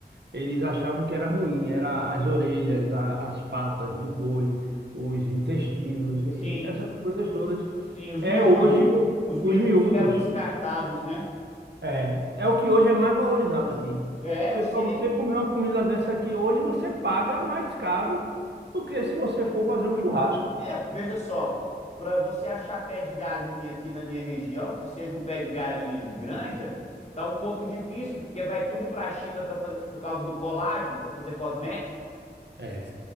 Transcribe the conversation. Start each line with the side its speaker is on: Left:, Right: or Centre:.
Right: eles achavam que era ruim, era as orelhas, a- as patas do boi, os intestinos,
Left: Sim,
Right: e essas coisas todas.
Left: sim, os
Right: É
Left: miúdos.
Right: hoje o-
Left: Os miúdos
Right: os miúdos.
Left: que eram descartados, né?
Right: É, é o que hoje é mais valorizado aqui.
Left: É,
Right: Você,
Left: eu sei.
Right: para você comer uma comida dessa aqui hoje, você paga mais caro do que se você for fazer um churrasco.
Left: É, veja só, para você achar pé de galinha aqui na minha região, que seja um pé de galinha de granja, tá um pouco difícil, porque vai tudo para a China pra, fa- por causa do colágeno, para fazer cosmético.
Right: É.